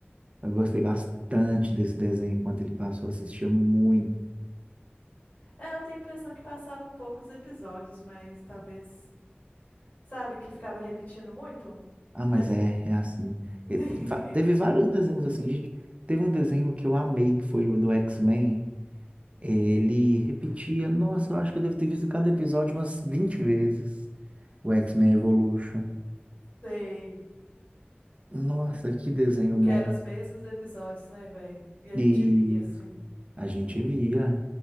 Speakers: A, on the right; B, on the left.
A: Eu gostei bastante desse desenho enquanto ele passou, eu assistia muito.
B: É, eu tenho a impressão que passavam poucos episódios, mas talvez. Sabe que ficava repetindo muito?
A: Ah,
B: Mas.
A: mas é, é assim.
B: <laughs>
A: E fa- teve vários desenhos assim, gente. Teve um desenho que eu amei, que foi o do X-Men. Ele repetia,
B: Ué,
A: nossa, eu acho que eu devo ter visto cada episódio umas 20 vezes. o X-Men Evolution.
B: Sei.
A: Nossa, que desenho
B: Porque
A: bom.
B: eram os mesmos episódios, né, velho? E a
A: E
B: gente via, assim.
A: a gente via